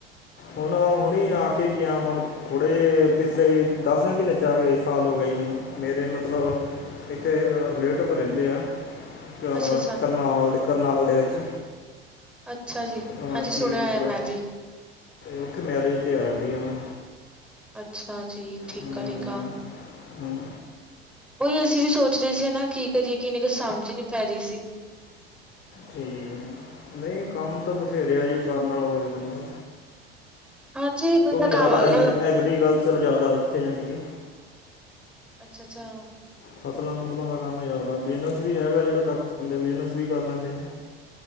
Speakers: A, on the left; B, in the centre.
A: ਹੁਣ ਹੁਣੇ ਆ ਕੇ ਗਿਆ। ਹੁਣ ਥੋੜੇ ਪਿਛਲੇ ਦਸਵੇਂ ਮਹੀਨੇ ਚ ਆ ਗਏ ਸਾਲ ਹੋ ਗਏ। ਮੇਰੇ ਮਤਲਬ ਇੱਥੇ ਰਿਲੇਟਿਵ ਰਹਿੰਦੇ ਆ। ਕਰਨਾਲ
B: ਅੱਛਾ-ਅੱਛਾ,
A: ਦੇ ਕਰਨਾਲ ਦੇ ਵਿੱਚ
B: ਅੱਛਾ ਜੀ,
A: ਅਹ
B: ਹਾਂਜੀ ਸੁਣਿਆ
A: ਕੀ ਮਤਲਬ
B: ਹੋਇਆ ਮੈਂ ਵੀ
A: ਉੱਥੇ ਮੈਰਿਜ ਤੇ ਆਇਆ ਸੀਗਾ ਮੈਂ
B: ਅੱਛਾ ਜੀ। ਠੀਕ
A: ਹੂੰ,
B: ਆ, ਠੀਕ ਆ
A: ਹੂੰ,
B: ਉਹੀ ਅਸੀਂ ਵੀ ਸੋਚਦੇਹੇ ਸੀ ਨਾ ਕੀ ਕਰੀਏ ਕਿੰਨੀ ਨੀ ਕੁਛ ਸਮਝ ਹੀ ਨਹੀ ਪੈ ਰਹੀ ਸੀ।
A: ਠੀਕ ਹੈ ਜੀ, ਨਹੀਂ ਕੰਮ ਤਾਂ ਬਥੇਰੇ ਆ ਜੀ ਕਰਨ ਨਾਲ ਹੋਵੇ ਬੰਦਾ
B: ਹਾਂਜੀ ਬੰਦਾ
A: ਕਿਉਂਕਿ ਜ਼ਿਆਦਾ
B: ਕੰ ਮਤਲਬ
A: ਐਗਰੀ- ਐਗਰੀਕਲਚਰ ਜ਼ਿਆਦਾ ਇੱਥੇ ਯਾਣੀ ਕੇ
B: ਅੱਛਾ, ਅੱਛਾ
A: ਫਸਲਾਂ ਫੁਸਲਾਂ ਦਾ ਕੰਮ ਜ਼ਦਾ ਬਿਜ਼ਨਸ ਵੀ ਹੈਗਾ, ਜਿਹੜੇ ਤੱਕ ਲਦੇ ਬਿਜ਼ਨਸ ਵੀ ਕਰ ਲੈਂਦੇ ਆ।